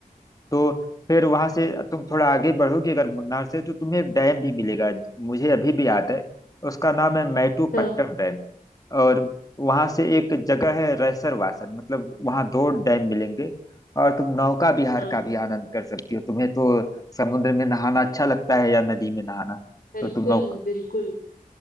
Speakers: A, on the left; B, on the left.
A: तो फिर वहां से तुम थोड़ा आगे बढ़ोगे अगर मुन्नार से तो तुम्हें एक डैम भी मिलेगा मुझे अभी भी याद है उसका नाम है मैटूपट्टम
B: हाँ
A: डैम और वहां से एक जगह है रैसरवासन मतलब वहां दो डैम मिलेंगे और तुम नौका विहार
B: हाँ
A: का भी आनंद कर सकती हो तुम्हें तो समुद्र में नहाना अच्छा लगता है या नदी में नहाना
B: बिल्कुल
A: तो तुम नौका
B: बिल्कुल